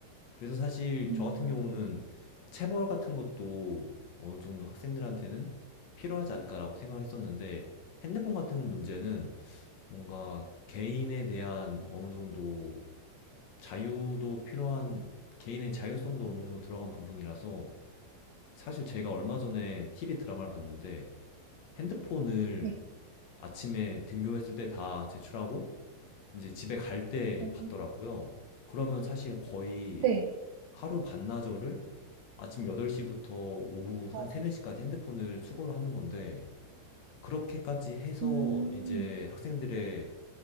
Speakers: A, on the left; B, on the right.
A: 그래서 사실
B: 음,
A: 저 같은 경우는 체벌 같은 것도 어느 정도 학생들한테는 필요하지 않을까라고 생각을 했었는데 핸드폰 같은 문제는 뭔가 개인에 대한 어느 정도 자유도 필요한 개인의 자율성도 어느 정도 들어간 부분이라서 사실 제가 얼마 전에 TV 드라마를 봤는데 핸드폰을
B: 네.
A: 아침에 등교했을 때 다 제출하고 이제 집에 갈 때
B: 오.
A: 받더라고요. 그러면 사실 거의
B: 네.
A: 하루 반나절을 아침 8시부터 오후 한
B: 어.
A: 3, 4시까지 핸드폰을 수거를 하는 건데 그렇게까지 해서
B: 음.
A: 이제 학생들의